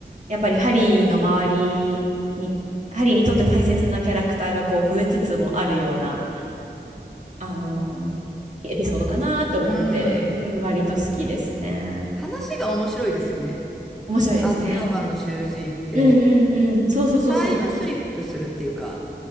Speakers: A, on the right; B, in the centre.
A: やっぱりハリーの周りにハリーにとって大切なキャラクターがこう増えつつもあるような、あのーエピソードかなと思って、
B: うーん。
A: うん、割と好きですね。
B: 話が面白いですよね。
A: 面白いですね。
B: アズカバンの囚人って、
A: うんうんうん。そうそうそうそう。
B: タイムスリップするっていうか、